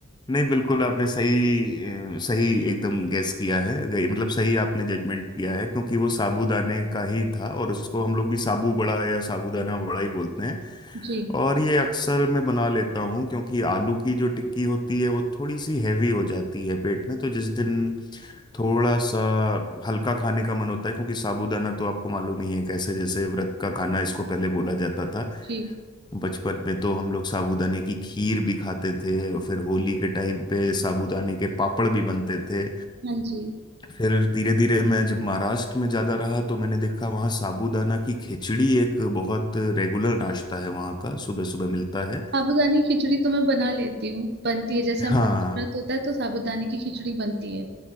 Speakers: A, on the left; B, on the right.
A: नहीं बिल्कुल आपने सही अ, सही एकदम गैस किया है गई- मतलब सही आपने जजमेंट किया है क्योंकि वो साबूदाने का ही था और उसको हम लोग भी साबू बड़ा या साबूदाना बड़ा ही बोलते हैं
B: जी
A: और ये अक्सर मैं बना लेता हूँ क्योंकि आलू की जो टिक्की होती है वो थोड़ी सी हैवी हो जाती है पेट में तो जिस दिन थोड़ा सा हल्का खाने का मन होता है क्योंकि साबूदाना तो आपको मालूम ही है कैसे जैसे व्रत का खाना इसको पहले बोला जाता था
B: जी
A: बचपन में तो हम लोग साबूदाने की खीर भी खाते थे और फिर होली के टाइम पे साबूदाने के पापड़ भी बनते थे
B: हाँ जी
A: फिर धीरे धीरे मैं जब महाराष्ट्र में ज्यादा रहा तो मैंने देखा वहाँ साबूदाना की खिचड़ी एक बहुत रेगुलर नाश्ता है वहाँ का सुबह सुबह मिलता है
B: साबूदानी खिचड़ी तो मैं बना लेती हूँ बनती है जैसे हमारे
A: हाँ
B: यहाँ व्रत होता है तो साबूदाने की खिचड़ी बनती है